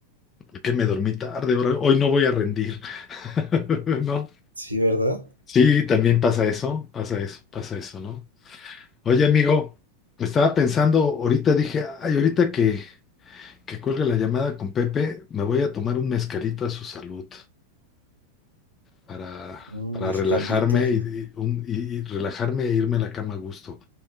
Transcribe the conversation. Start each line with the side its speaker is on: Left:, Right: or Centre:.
Left: ¿por qué me dormí tarde? Ahora- Hoy no voy a rendir. <laughs> ¿No?
Right: Sí, ¿verdad?
Left: Sí, también pasa eso, pasa eso, pasa eso, ¿no? Oye, amigo, estaba pensando, ahorita dije, ay, ahorita que que cuelgue la llamada con Pepe, me voy a tomar un mezcalito a su salud para,
Right: Un
Left: para relajarme
Right: escaldito.
Left: y, y un- y- y relajarme e irme a la cama a gusto.